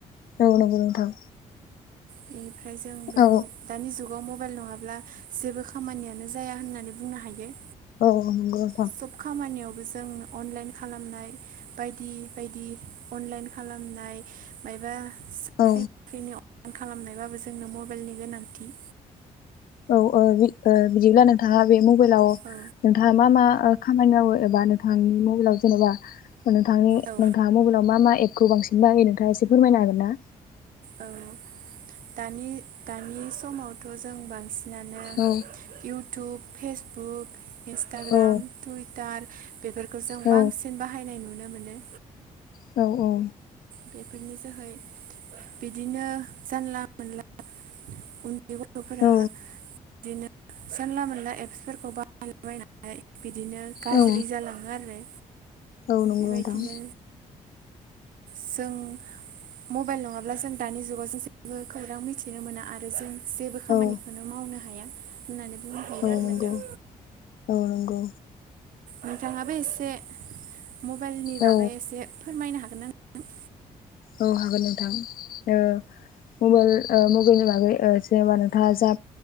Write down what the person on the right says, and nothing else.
बिनिफ्राय जों बेखौ
दानि जुगाव मबाइल नङा ब्ला जेबो खामानियानो जाया होननानै बुंनो हायो
सब खामानियावबो जों अनलाइन खालामनाय बायदि बायदि अनलाइन खालामनाय मायबा साख्रि
बाख्रिनि अ अन खालामनायबाबो जोंनो मबाइलनि गोनांथि
औ
औ
औ दानि दानि समावथ' जों बांसि नानो
इउटुब फेसबुक इन्सटाग्राम
टुइटार बेफोरखौ जों
बांसिन बाहायनाय नुनो मोनो
बेफोरनि जोहै बिदिनो जानला मोनला उन बे गथ'फोरा
बिदिनो जानला मोनला एप्सफोरखौ बाहानायलाबायनानै बिदिनो गाज्रि
जालाङो आरो
बेबायदिनो
जों मबाइल नङाब्ला जों दानि जुगाव जों जेबो खौरां मिथिनो मोना आरो जों जेबो खामानिखौनो
मावनो हाया होननानै बुंनो हायो
नोंथां
नोंथाङाबो एसे मबाइलनि बागै
एसे फोरमायनो हागोन ना नोंथां